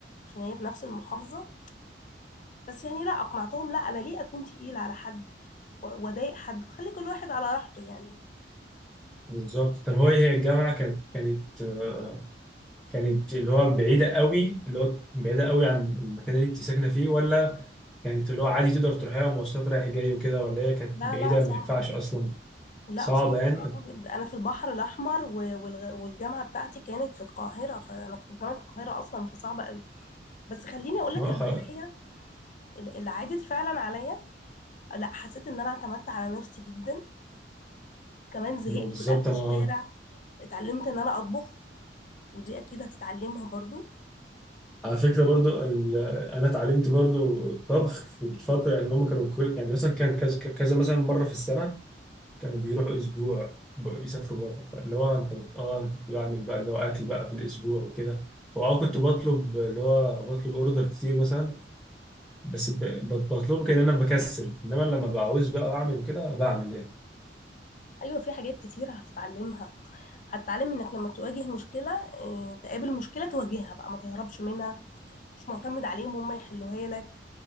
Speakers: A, on the left; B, in the centre.
A: عشان هي في نفس المحافظه بس يعني لا اقنعتهم لا انا ليه اكون تقيله على حد و- واضايق حد خلي كل واحد على راحته يعني
B: بالظبط طب هو هي الجامعه كانت كانت آه، كانت اللي هو بعيدة قوي اللي هو بعيدة قوي عن المكان اللي انت ساكنة فيه ولا كانت اللي هو عادي تقدر تروحيها مواصلات رايح جاي وكده ولا هي كانت
A: لا
B: بعيدة
A: لا صعبه
B: ما ينفعش أصلا
A: جدا لا
B: صعبة
A: صعبه
B: يعني
A: جدا انا في البحر الاحمر و- والغ- والجامعه بتاعتي كانت في القاهره فانا كنت في جامعه القاهره اصلا فصعبه قوي بس خليني اقول
B: ما
A: لك المزايا
B: أخ-
A: ال- اللي عادت فعلا عليا لا حسيت ان انا اعتمدت على نفسي جدا كمان زهقت
B: ما بالظبط
A: من اكل الشارع
B: أنا
A: اتعلمت ان انا اطبخ ودي اكيد هتتعلمها برضو
B: على فكرة برضو ال... أنا اتعلمت برضو الطبخ في الفترة يعني هم كانوا كل... يعني مثلا كان كذا كذا مثلا مرة في السنة كانوا بيروحوا أسبوع ب- يسافروا بره فاللي هو أنت بت... آه أنا كنت بعمل بقى اللي هو أكل بقى في الأسبوع وكده وأه كنت بطلب اللي هو بطلب أوردر كتير مثلا بس ب- ب- بطلبه كان انا بكسل انما لما بعوز بقى اعمل كده بعمل يعني
A: ايوه في حاجات كتير هتتعلمها هتتعلم انك لما تواجه مشكله اه، تقابل مشكله تواجهها بقى ما تهربش منها مش معتمد عليهم هم يحلوها لك